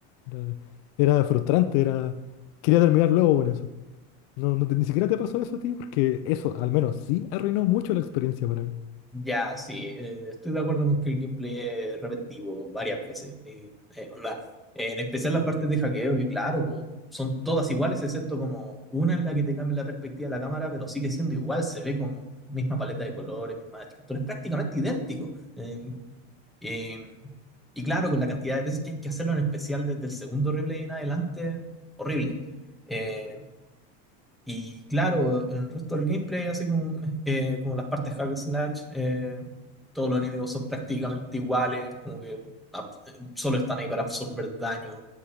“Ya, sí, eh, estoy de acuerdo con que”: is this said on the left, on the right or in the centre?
Centre